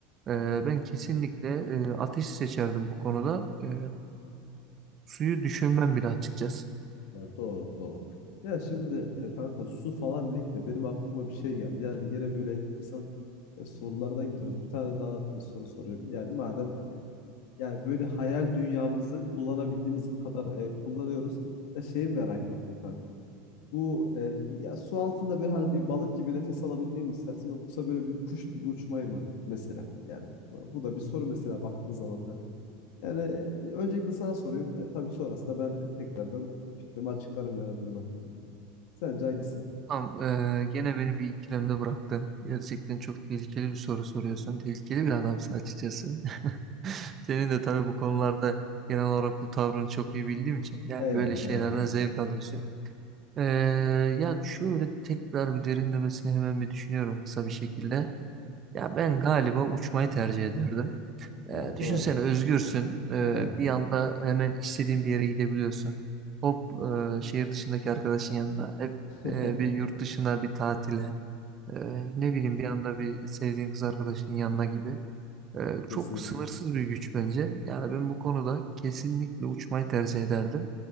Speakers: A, on the right (about 30°); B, on the left (about 70°).
A: e,
B: Hı hı.
A: ben kesinlikle e, ateşi seçerdim bu konuda. E, suyu düşünmem bile açıkçası.
B: Ya Doğru, doğru. Ya şimdi e, kanka su falan dedik de benim aklıma bir şey geldi. Yani gene böyle enteresan e, sorulardan gidiyoruz. Bir tane daha soru sorayım. Yani madem Yani böyle hayal dünyamızı kullanabildiğimiz kadar e, kullanıyoruz. Ya şeyi merak ettim kanka. Bu e, ya su altında böyle hani bir balık gibi nefes alabilmeyi mi istersin yoksa böyle bir kuş gibi uçmayı mı mesela? Yani bu, bu da bir soru mesela baktığın zaman kanka. Yani e, öncelikle sana sorayım. E, tabii sonrasında ben tekrardan fikrimi açıklarım yani bunun hakkında. Sence hangisi?
A: Tamam, eee, gene beni bir ikilemde bıraktın. Gerçekten çok tehlikeli bir soru soruyorsun. Tehlikeli bir adamsın açıkçası. <laughs> Senin de tabii bu konularda genel olarak bu tavrını çok iyi bildiğim için yani
B: Eyvallah
A: böyle şeylerden
B: eyvallah.
A: zevk alıyorsun. Eee, ya şöyle tekrar bir derinlemesine hemen bir düşünüyorum kısa bir şekilde. Ya ben galiba uçmayı tercih ederdim.
B: Ya
A: Eee, düşünsene
B: doğru.
A: özgürsün. Eee,
B: Evet.
A: bir anda hemen istediğin bir yere gidebiliyorsun. Hop eee, şehir dışındaki arkadaşın yanına. Hep
B: <laughs>
A: eee, bir yurt dışına bir tatile. Ee, ne bileyim bir anda bir sevdiğin kız arkadaşının yanına gibi. Ee,
B: Kesinlikle.
A: çok sınırsız bir güç bence. Yani ben bu konuda kesinlikle uçmayı tercih ederdim.